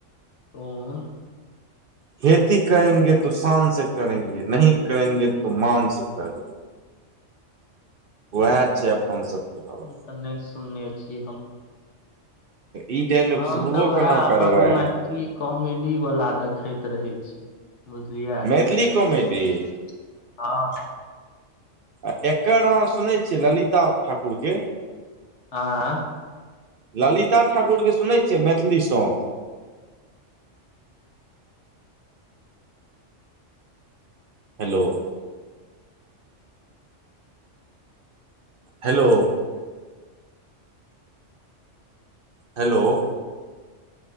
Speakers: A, on the left; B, on the right.
A: कोन?
B: खेती करेंगे तो शान से करेंगे नहीं करेंगे तो मान से करेंगे। वेएह छै अपन सब के हाल।
A: त न‌इ सुनने छी हम।
B: ई <unintelligible>
A: हम तऽ वेएह
B: कोना
A: अपन
B: करबै
A: मैथिली कॉमेडी बला देखैत रहै छी। बुझलियै
B: मैथिली
A: <unintelligible>
B: कॉमेडी
A: हँ।
B: आ एकर अहाँ सुनै छियै ललिता ठाकुर के?
A: आँ
B: ललिता ठाकुर के सुनै छियै Maithili song. Hello hello, hello,